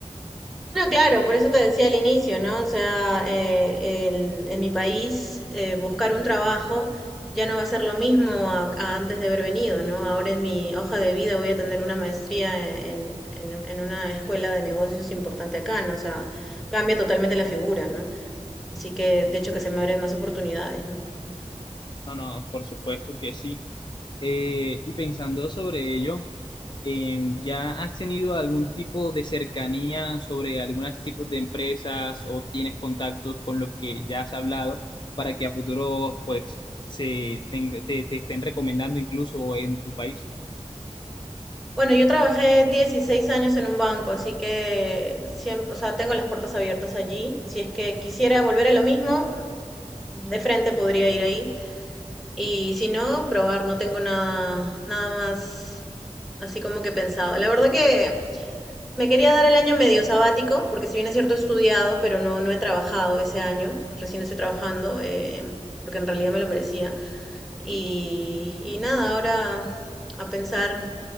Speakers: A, in the centre; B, on the left.
A: No, claro, por eso te decía al inicio, ¿no? O sea, eh, el- en mi país eh, buscar un trabajo ya no va a ser lo mismo a, a antes de haber venido, ¿no? Ahora en mi hoja de vida voy a tener una maestría en, en, en una escuela de negocios importante acá, ¿no? O sea, cambia totalmente la figura, ¿no? Así que, de hecho, que se me abren más oportunidades, ¿no?
B: No, no, por supuesto que sí. Eh, y pensando sobre ello, em, ¿ya has tenido algún tipo de cercanía sobre algunos tipos de empresas o tienes contactos con los que ya has hablado para que a futuro pues se tenga- te, te estén recomendando incluso en tu país?
A: Bueno, yo trabajé 16 años en un banco, así que siempre, o sea, tengo las puertas abiertas allí. Si es que quisiera volver a lo mismo, de frente podría ir ahí Y si no, probar, no tengo nada, nada más así como que pensado. La verdad que me quería dar el año medio sabático, porque si bien es cierto he estudiado, pero no, no he trabajado ese año, recién estoy trabajando, eh, porque en realidad me lo merecía. Y, y nada, ahora a pensar